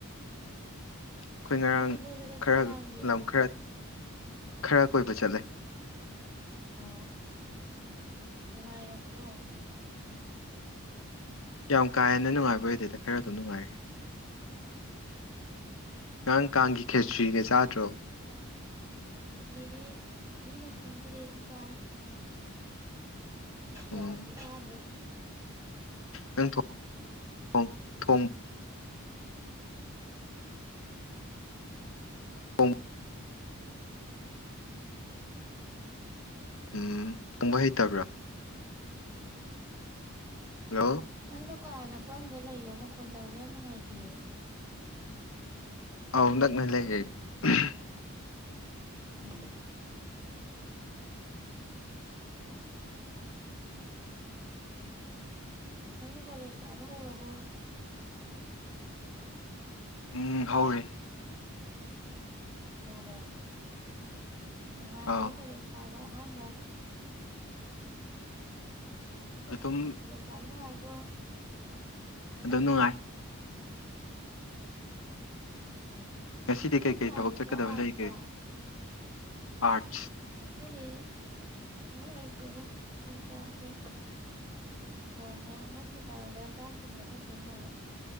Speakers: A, on the left (about 65°); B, on the right (about 15°).
A: ꯑꯈꯣꯏ ꯉꯔꯥꯡ
B: ꯅꯣꯏꯗꯤ ꯀꯣꯏꯕ ꯆꯠꯄ꯭ꯔꯣ
A: ꯈꯔ
B: ꯀꯥꯡꯒꯤ
A: ꯂꯝ ꯈꯔ ꯈꯔ ꯀꯣꯏꯕ ꯆꯠꯂꯦ
B: ꯑꯣ ꯅꯨꯡꯉꯥꯏꯔꯛꯄ꯭ꯔꯣ
A: ꯌꯥꯝ ꯀꯥ ꯍꯦꯟꯅ ꯅꯨꯡꯉꯥꯏꯕ ꯑꯣꯏꯗꯦꯗ ꯈꯔ ꯑꯗꯨꯝ ꯅꯨꯡꯉꯥꯏꯔꯦ ꯉꯔꯥꯡ ꯀꯥꯡꯒꯤ ꯈꯦꯆ꯭ꯔꯤꯒ ꯆꯥꯗ꯭ꯔꯣ
B: ꯈꯦꯆꯤꯗꯤ ꯃꯤꯅ ꯈꯤꯇꯪ ꯄꯤꯔꯛꯑꯦ ꯑꯗꯨ ꯆꯥꯔꯦ
A: ꯎꯝ
B: ꯌꯥꯝꯗꯤ ꯆꯥꯗ꯭ꯔꯦ
A: ꯅꯪ ꯊꯣꯛ <unintelligible> ꯊꯣꯡ <unintelligible> ꯎ ꯀꯪꯕ ꯍꯩꯇꯕ꯭ꯔꯥ ꯍꯜꯂꯣ
B: ꯅꯪꯗꯨ ꯀꯥ ꯑꯅꯛꯄ ꯑꯝꯗ ꯂꯩꯌꯣ ꯃꯈꯣꯟ ꯇꯥꯕ ꯌꯥꯝ ꯅꯨꯡꯉꯥꯏꯇꯤꯌꯦ
A: ꯑꯥꯎ ꯅꯛꯅ ꯂꯩꯔꯦ <unintelligible>
B: ꯎꯝ ꯅꯪꯗꯤ ꯀꯣꯂꯦꯖ ꯀꯥꯕ ꯍꯧꯔꯕꯣ
A: ꯎꯝ ꯍꯧꯔꯦ
B: ꯍꯧꯔꯦ ꯅꯨꯡꯉꯥꯏꯕ꯭ꯔꯣ
A: ꯑꯥꯎ
B: ꯀꯣꯂꯦꯖ ꯀꯥꯕ ꯑꯍꯥꯟꯕ
A: ꯑꯗꯨꯝ
B: ꯀꯣꯂꯦꯁ ꯀꯥꯕ ꯅꯨꯡꯉꯥꯏꯕ꯭ꯔꯣ ꯎꯝ
A: ꯑꯗꯨ ꯅꯨꯡꯉꯥꯏ ꯉꯁꯤꯗꯤ
B: ꯅꯪ
A: ꯀꯩꯀꯩ
B: ꯁꯥꯏꯟꯁꯔꯣ
A: ꯊꯕꯛ ꯆꯠꯀꯗꯕ
B: ꯑꯥꯔꯠꯁꯔꯣ
A: ꯂꯩꯒꯦ ꯑꯥꯔꯠ
B: ꯉꯁꯤꯗꯤ ꯊꯕꯛ ꯂꯩꯇꯦꯗ ꯑꯩ ꯆꯥꯛꯁꯦ
A: <inaudible>
B: ꯊꯣꯡꯉꯦ ꯍꯣꯁꯄꯤꯇꯥꯜꯗ ꯆꯥꯛ ꯊꯤꯟꯕ ꯆꯠꯇꯣꯏ ꯃꯥꯜꯂꯦ